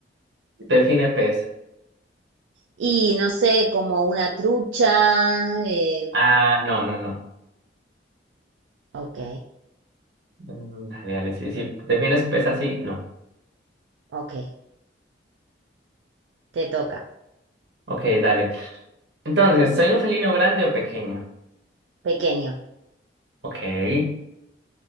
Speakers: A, on the right (about 65°); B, on the right (about 85°).
A: define pez.
B: y no sé, como una trucha. em,
A: Ah, no, no, no.
B: ok,
A: Mm, Dale, dale. Si, si defines pez así, no.
B: ok, te toca.
A: Ok, dale. Entonces, ¿soy un felino grande o pequeño?
B: Pequeño.
A: Ok.